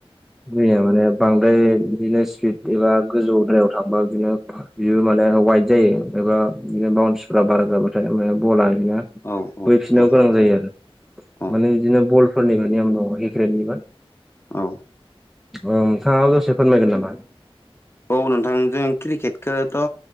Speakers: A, in the centre; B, on the left (about 25°).
A: दैया माने बांद्राय बिदिनो स्पिड एबा गोजौद्रायाव थांबा बिदिनो बियो माने वाइट जायो एबा बि बाउन्सफोरा बारा जाबाथाय बला खुबैफिननांगौ
B: औ औ औ
A: गोनां जायो आरो
B: औ
A: माने बिदिनो बलफोरनियमनाव हेक्रेटनिबा
B: औ
A: औ नोंथाङा दसे फोरमायगोन नामा
B: औ नोंथां जों क्रिकेटखौथ'